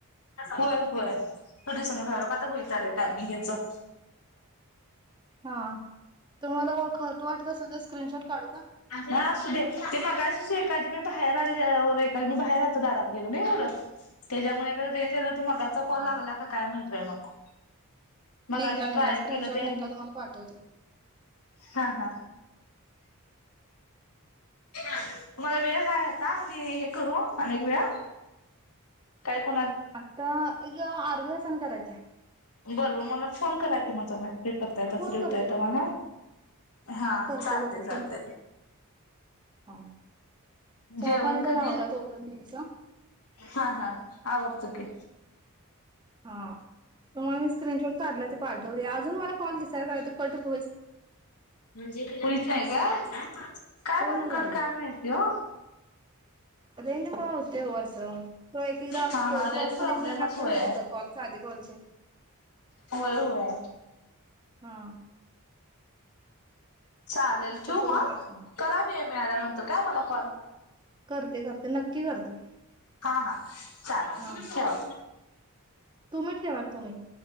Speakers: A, on the left; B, on the right.
A: होय होय तू दिस ना कायल आता पताले टायमिंगेचा
B: हा तुम्हाला खर त वाटत असेल तर स्क्रीनशॉट काढू का
A: ह असू दे ते मग सुझ एखादी मी बाहेर आल्या मी बाहेर आहतो दारात गेलो बोलत त्याच्यामुळे मगाचा कॉल
B: हा
A: लागला का काय माहितय मग मग
B: निघला
A: अशी
B: निघला
A: ट्रायल
B: स्क्रीनशॉट
A: केलं ते
B: निघला तुम्हाला पाठवते
A: हा हा तुम्हाला वेळ हाय आता आणि हे करू अनेक वेळा काय कोणा
B: आता एकग अर्धसान कराक्या
A: बरं बर मला फोन करा कि म तला हे करता येत
B: फोन
A: फ्री होत
B: करतो
A: येत
B: तुम्हाला
A: म्हणा
B: मी
A: हा
B: करतो
A: चालते
B: करतो
A: चालते
B: फोन करतो
A: <inaudible>
B: हा चहा
A: जेवण
B: पाणी तर
A: कधी
B: आवरा तोपर्यंत तुमचं
A: हा हा आवडतं की
B: हा तु मला मी स्क्रीनशॉट काढलाय ते पाठवते अजून मला कॉल दिसायला का कट क
A: म्हणजे पुचय का काय
B: होई
A: भानगड
B: ना झालाय
A: कामते हो
B: रेंज प होते हो असं त एक एकदा
A: हा हा रेंज
B: क्रॉस
A: प्रॉब्लेमच
B: कनेक्शन लागते
A: होय
B: मत तर कॉलचे आधी कॉलचे
A: होय होय
B: हा
A: चालेल ठेव
B: तसं
A: मग
B: झालं असणार
A: करावी आहे मिळाल्यानंतर काय मला कॉल
B: करते करते नक्की करते
A: हा हा चाल
B: हा
A: ठवा
B: तुम्ही ठेवा तुम्ही